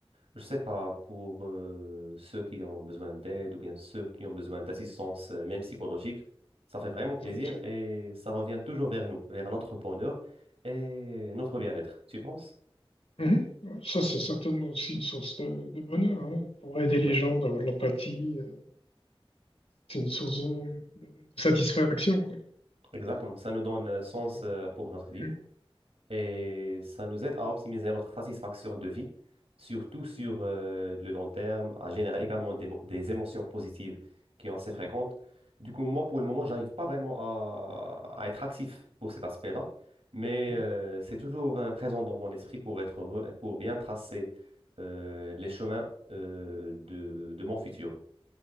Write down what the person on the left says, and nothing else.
Exact.
Mhm. Ouais, Ça, c'est certainement aussi une source de, de bonheur, hein. Pour aider les
gens, d'avoir de l'empathie, euh, c'est une source de, de- de satisfaction, quoi.
Si on
a-
Mhm.
Mhm.